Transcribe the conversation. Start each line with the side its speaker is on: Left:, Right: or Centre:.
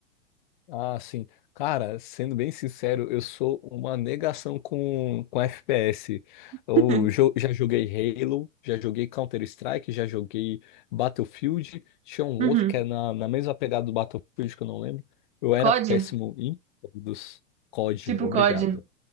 Left: Ah, sim. Cara, sendo bem sincero, eu sou uma negação com, com FPS.
Right: <laughs>
Left: Eu jo- já joguei Halo, já joguei Counter-Strike, já joguei Battlefield. Tinha um
Right: Uhum.
Left: outro que é na, na mesma pegada do Battlefield que eu não lembro. Eu era
Right: COD?
Left: péssimo em todos. COD,
Right: Tipo
Left: obrigado.
Right: COD.